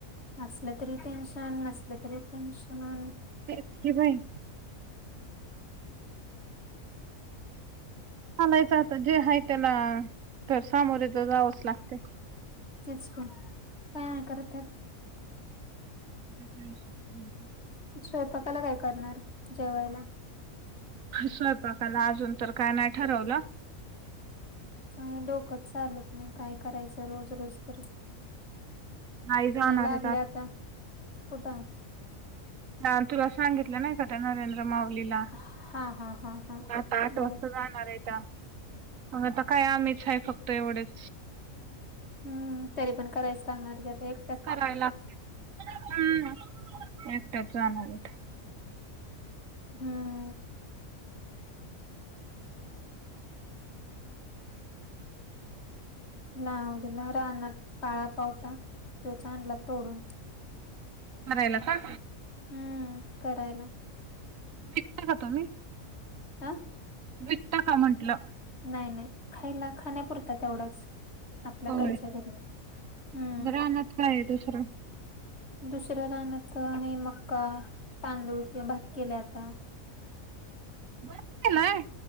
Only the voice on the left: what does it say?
असलं तरी टेन्शन, नसलं तरी टेन्शन.
तेच की काय नाही करतात.
स्वयंपाकाला काय करणार? जेवायला.
काही डोकत चालत नाही, काय करायचं रोज रोज तर.
मुली लागल्या
आहे आता कुठं?
हा हा हा हा
बर
हम्म तरी पण करायचं लागणार की, आता एक
हम्म! लावलेला रानात काळा पावटा तो चां आनला तोडून.
हम्म! करायला.
अ?
नाही नाही! खायला खाण्यापुरता तेवढंच. आपल्या
घरच्या घरी. हम्!
दुसरं रानाचं आहे मक्का, तांदूळ किंवा भात केल्या आता.